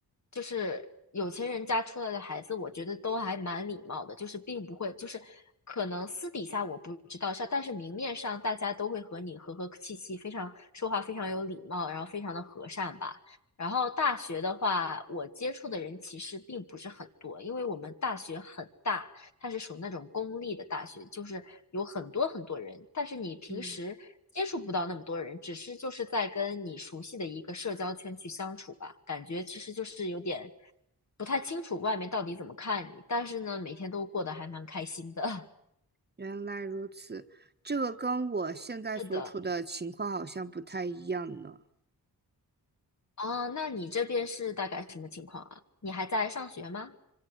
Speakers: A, on the left; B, on the right.
A: 就是有钱人家出来的孩子，我觉得都还蛮礼貌的，就是并不会，就是可能私底下我不知道，但但是明面上大家都会和你和和气气，非常说话非常有礼貌，然后非常的和善吧。然后大学的话，我接触的人其实并不是很多，因为我们大学很大，它是属那种公立的大学，就是有很多很多人，但是你平时接触不到那么多人，
B: 嗯，
A: 只是就是在跟你熟悉的一个社交圈去相处吧，感觉其实就是有点不太清楚外面到底怎么看你，但是呢，每天都过得还蛮开心的。<laughs>
B: 原来如此，这个跟我现在所处的情况好像不太一样呢。
A: 是的，哦，那你这边是大概什么情况啊？你还在上学吗？